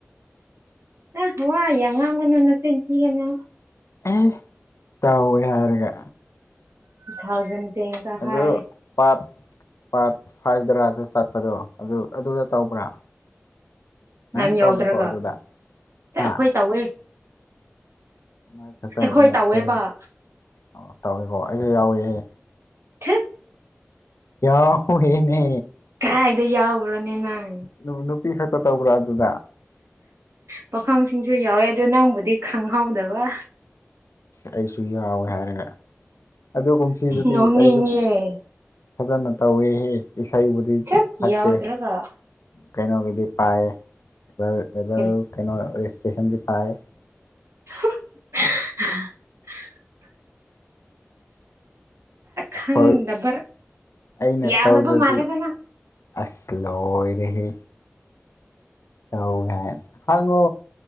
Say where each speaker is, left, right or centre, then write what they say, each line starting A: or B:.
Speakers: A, on the right; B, on the left.
A: ꯑ ꯋꯥ ꯌꯥꯝ ꯉꯥꯡꯕ ꯅꯪ ꯅꯆꯤꯟ ꯊꯤꯒꯅꯨ
B: ꯑꯦ ꯇꯧꯋꯦ ꯍꯥꯏꯔꯒ
A: ꯇꯨ ꯊꯥꯎꯖꯟ ꯇꯦꯟ ꯀ
B: ꯑꯗꯨ
A: ꯍꯥꯏ
B: ꯄꯥꯔꯠ ꯄꯥꯔꯠ ꯐꯥꯏꯚ ꯗꯔꯥꯁꯨ ꯆꯠꯄꯗꯣ ꯑꯗꯨ ꯑꯗꯨꯗ ꯇꯧꯕ꯭ꯔꯥ
A: ꯅꯪ
B: ꯑꯦ
A: ꯌꯥꯎꯗ꯭ꯔꯒ
B: ꯇꯧꯗꯦꯀꯣ ꯑꯗꯨꯗ
A: ꯑꯦ
B: ꯍꯥ
A: ꯑꯈꯣꯏ ꯇꯧꯋꯦ
B: ꯃꯥꯏ ꯈꯇꯟ
A: ꯑꯩꯈꯣꯏ
B: ꯅꯠꯇꯦꯍꯦ
A: ꯇꯧꯋꯦꯕ
B: ꯑꯣ ꯇꯧꯋꯦꯀꯣ ꯑꯩꯖꯨ ꯌꯥꯎꯋꯦꯍꯦ
A: ꯊꯠ
B: ꯌꯥ ꯍ꯭ꯋꯦꯅꯦ
A: ꯀꯥꯏꯗꯩꯩ ꯌꯥꯎꯕ꯭ꯔꯣꯅꯦ ꯅꯪ
B: ꯅꯨ ꯅꯨꯄꯤ ꯈꯇ ꯇꯧꯕ꯭ꯔꯥ ꯑꯗꯨꯗ
A: ꯄꯥꯈꯪꯁꯤꯡꯁꯨ ꯌꯥꯎꯋꯦ ꯑꯗꯣ ꯅꯪꯕꯨꯗꯤ ꯈꯪꯍꯧꯗꯕ
B: ꯑꯩꯁꯨ ꯌꯥꯎꯋꯦ ꯍꯥꯏꯔꯒ ꯑꯗꯨ ꯀꯨꯝꯁꯤꯗꯨꯗꯤ
A: ꯅꯣꯛꯅꯤꯡꯉꯦ
B: ꯑꯩꯁꯨ ꯐꯖꯅ ꯇꯧꯋꯦꯍꯦ ꯏꯁꯩꯕꯨꯗꯤ
A: ꯁꯠ
B: ꯁꯛꯇꯦ
A: ꯌꯥꯎꯗ꯭ꯔꯒ
B: ꯀꯩꯅꯣꯒꯤꯗꯤ ꯄꯥꯏ <unintelligible>
A: ꯀꯔꯤ
B: ꯀꯩꯅꯣ ꯔꯦꯁꯇꯦꯁꯟꯒꯤ ꯄꯥꯏ
A: <unintelligible> ꯈꯪꯗꯕ
B: ꯍꯣꯏ ꯑꯩꯅ
A: ꯌꯥꯎꯗꯕ
B: ꯇꯧꯗ꯭ꯔꯗꯤ
A: ꯃꯥꯜꯂꯦꯗ ꯅꯪ
B: ꯑꯁ ꯂꯣꯏꯔꯦꯍꯦ ꯇꯧꯏ ꯍꯥꯏꯟ ꯍꯉꯣ